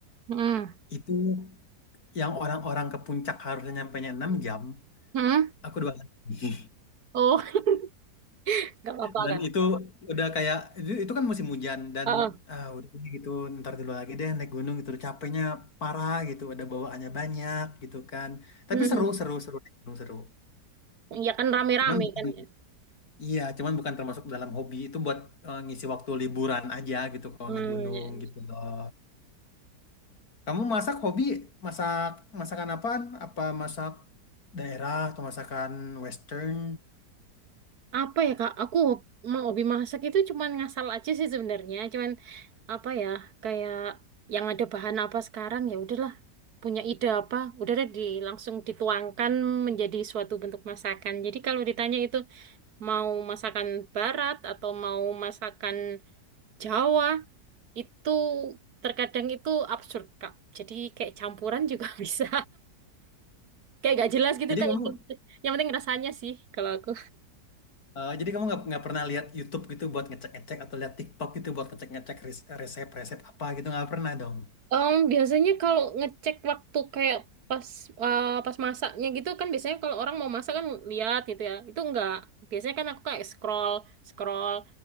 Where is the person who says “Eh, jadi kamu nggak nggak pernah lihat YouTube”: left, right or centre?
Left